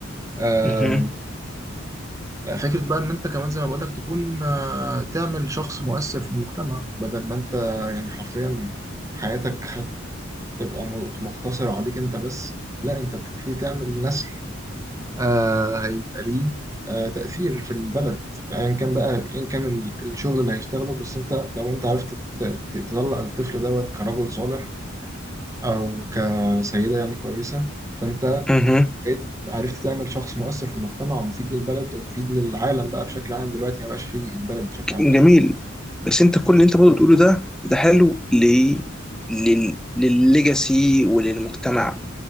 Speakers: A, on the right (about 15°); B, in the centre.
A: آه،
B: اها
A: فكرة بقى إن أنت كمان زي ما بقولك تكون آه، تعمل شخص مؤثر في المجتمع بدل ما أنت يعني حرفيا حياتك هتبقى م- مقتصرة عليك أنت بس لا أنت بتبتدي تعمل نسل آه هيبقى ليه آه تأثير في البلد أيا كان بقى أيا كان ال- الشغل اللي هيشتغله بس أنت لو أنت عرفت ت- ت- تطلع الطفل دوت كرجل صالح أو كسيدة يعني كويسة فأنت
B: اها
A: بقيت عرفت تعمل شخص مؤثر في المجتمع ومفيد للبلد ومفيد للعالم بقى بشكل عام دلوقتي ما بقاش في البلد بشكل عام
B: جميل
A: يعني
B: بس انت كل اللي انت برضه بتقوله ده ده حلو ل لل... للليجاسي وللمجتمع